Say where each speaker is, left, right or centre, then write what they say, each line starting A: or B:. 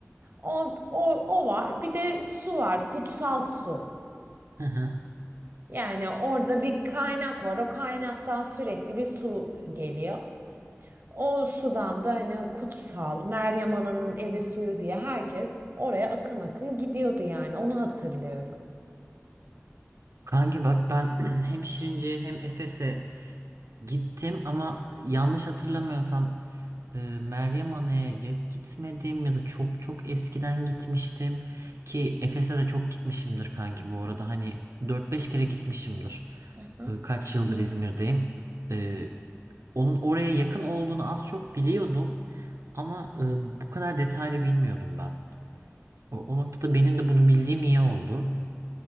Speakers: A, on the right; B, on the right.
A: O, o, o var. Bir de su var. Kutsal su.
B: hı hı.
A: Yani orada bir kaynak var. O kaynaktan sürekli bir su geliyor. O sudan da hani o kutsal Meryem Ana'nın evi suyu diye herkes oraya akın akın gidiyordu yani onu hatırlıyorum.
B: Kanki bak ben <clears throat> hem Şirince'ye hem Efes'e Gittim ama yanlış hatırlamıyorsam e, Meryem Ana'ya ya gitmedim ya da çok çok eskiden gitmiştim ki Efes'e de çok gitmişimdir kanki bu arada hani dört beş kere gitmişimdir.
A: Hı.
B: E, kaç yıldır İzmir'deyim. E, onun oraya yakın olduğunu az çok biliyordum ama e, bu kadar detaylı bilmiyordum ben. O, o noktada benim de bunu bildiğim iyi oldu.